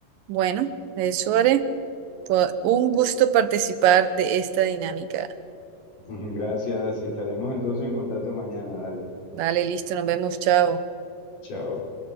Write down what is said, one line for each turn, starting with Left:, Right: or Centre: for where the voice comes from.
Right: Bueno, eso haré. Fue Un gusto participar de esta dinámica.
Left: <laughs> Gracias. Estaremos entonces en contacto mañana. Dale.
Right: Vale, listo, nos vemos, chao.
Left: Chao.